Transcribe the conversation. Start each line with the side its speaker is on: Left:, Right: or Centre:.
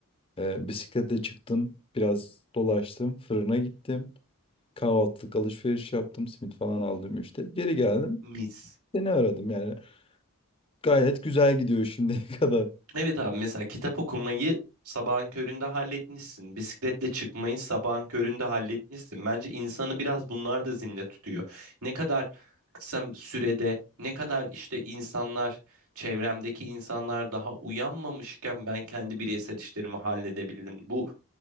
Left: Ee, bisiklete çıktım. Biraz dolaştım. Fırına gittim. Kahvaltılık alışveriş yaptım. Simit falan aldım işte. Geri geldim.
Right: mis.
Left: Seni aradım yani. Gayet güzel gidiyor şimdiye <laughs> kadar.
Right: Evet abi mesela kitap okumayı sabahın köründe halletmişsin. Bisikletle çıkmayı sabahın köründe halletmişsin. Bence insanı biraz bunlar da zinde tutuyor. Ne kadar kısa sürede ne kadar işte insanlar çevremdeki insanlar daha uyanmamışken ben kendi bireysel işlerimi halledebildim. Bu